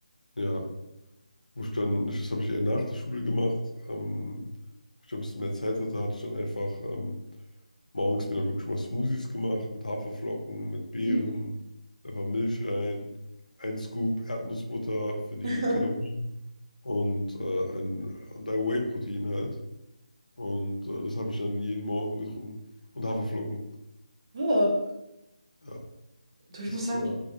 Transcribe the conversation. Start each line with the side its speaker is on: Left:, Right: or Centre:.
Left: ja, wo ich dann, das habe ich eher nach der Schule gemacht, ähm, wo ich dann ein bisschen mehr Zeit hatte, hatte ich dann einfach ähm, Morgens mir dann wirklich mal Smoothies gemacht mit Haferflocken, mit Beeren,
Right: Hm.
Left: einfach Milch rein, ein Scoop Erdnussbutter für die
Right: <laughs>
Left: Kalorien und, äh, ein, und ein Whey-Protein halt. Und äh, das habe ich dann jeden Morgen getrunken. Und Haferflocken.
Right: Ja,
Left: Ja,
Right: du, ich
Left: das
Right: muss sagen,
Left: äh,